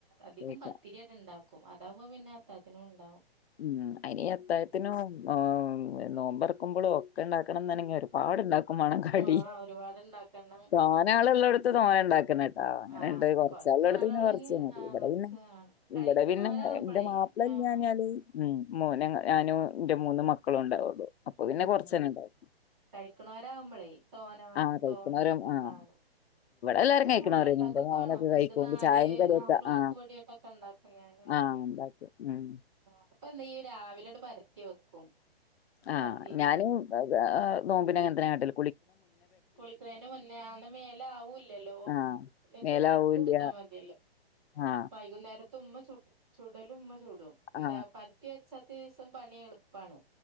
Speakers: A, in the centre; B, on the left (about 80°).
A: അധികും
B: കഴിക്കാം
A: പത്തിരി അത് ഉണ്ടാക്കും അതാവകുമ്പോ പിന്നെ അത്തായത്തിനും ഉണ്ടാവും
B: ഉം അയിനി അത്തായത്തിനും ആഹ നോമ്പൊറക്കുമ്പോളും ഒക്കെണ്ടാ ണം ന്നാണെങ്കി ഒരുപാടുണ്ടാക്കും വേണം കടി
A: ആഹ് ഒരുപാടുണ്ടാക്കണം.
B: തോനാളുല്ലോട് തോന്നെ ഉണ്ടാക്കുന്നട്ട് ആഹ അങ്ങനെണ്ട്
A: ആഹ്
B: കുറച്ചാളടെ
A: കൊറച്ചാളുകളെങ്കി ആഹ് കൊറച്ച്
B: അടുത്ത്
A: ആളുകളെങ്കിൽ
B: പിന്നെ കുറച്ച മതി
A: ആ
B: ഇവിടെ
A: കുറച്ച്
B: പിന്നെ
A: ആണ്. കഴിക്കണോരാവുമ്പളേ
B: ഇവിടെ പിന്നെ എന്റെ മാ ഇവടെ പറഞ്ഞയിഞ്ഞാല്
A: ആഹ്
B: മൊനും ഞാനും എന്റെ മൂന്ന മക്കളും ഉണ്ടാവുള്ളു അപ്പൊ പിന്നെ
A: ഉം
B: കൊറച്ചന്നെ ഇണ്ടാവും
A: കഴിക്കണോരാവുമ്പളേ തോന
B: ആഹ് കഴിക്കുന്നോരും
A: തോന്നണ്ട
B: ആഹ്
A: വേണം
B: എല്ലാരും
A: ഇവിടെ
B: കഴിക്കണോര്
A: നല്ല ഉണ്ടാക്കൊക്കെ
B: എന്റെ മോനൊക്കെ
A: വാണം
B: കഴിക്കും
A: എനിക്ക് നാല്
B: ചായയും കടിയൊക്കെ
A: നാല് ക്ലാസ്
B: ആ
A: പൊടിയൊക്കെട്ട് ഉണ്ടാക്കും ഞാന് നാല്
B: ആ ഉണ്ടാക്കും ഉം
A: ആഹ് അപ്പൊ ണ്ടെങ്കി രാവിലെണ്ട് പരത്തി വെക്കും
B: ആഹ്
A: പത്തിരി.
B: ഞാനും നോമ്പിന് അങ്ങൻ തന്നെ കാട്ടൽ
A: കുളിക്കുന്നേന് മുന്നേ ആഹ ന്ന മേലാവൂല്ലല്ലോ
B: ആ
A: പിന്നെ
B: മേലാവൂല്ല
A: <unintelligible> എടുത്താ മതി ല്ലല്ലോ
B: ആ
A: വൈകുന്നേര ഉമ്മ ചു ചൂടലും ഉമ്മ ചൂടും എന്താ
B: ആ
A: പരത്തി വച്ചാത്തെ സം പണി എളുപ്പാണ്